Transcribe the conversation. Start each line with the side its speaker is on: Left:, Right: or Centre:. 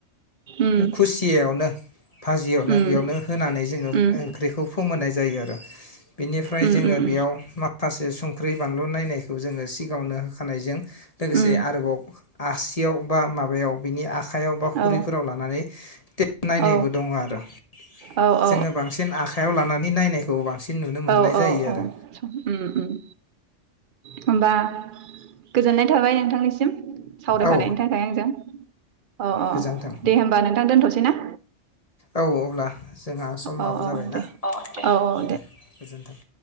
Right: उम
Left: खुसियावनो भाजियावनो
Right: उम
Left: बेयावनो होनानै जोङो
Right: उम
Left: ओंख्रिखौ फोमोननाय जायो आरो। बिनिफ्राय
Right: उम
Left: जोङो
Right: उम
Left: बेयाव माखासे संख्रि बानलु नायनाय खौ जोङो सिगावनो होखानायजों लोगोसे
Right: उम
Left: आरोबाव आसियाव बा माबायाव बिनि आ खायाव बा खुरैफोराव
Right: औ
Left: लानानै <unintelligible> नायनायबो
Right: औ
Left: दङ आरो।
Right: औ
Left: जोङो बांसिन आखायाव लानानै नायनाय खौ बांसिन नुनो मोननाय
Right: औ औ
Left: जायो
Right: औ उम
Left: आरो
Right: उम होमबा गोजोननाय थाबाय नोंथांनिसिम सावरायफानायनि
Left: औ
Right: थाखाय आंजों अ अ
Left: गोजोन्थों
Right: दे होमबा नोंथां दोनथसै ना
Left: औ अब्ला जोंहा समाबो
Right: औ औ
Left: जाबायना
Right: दे
Left: अ
Right: औ औ
Left: दे।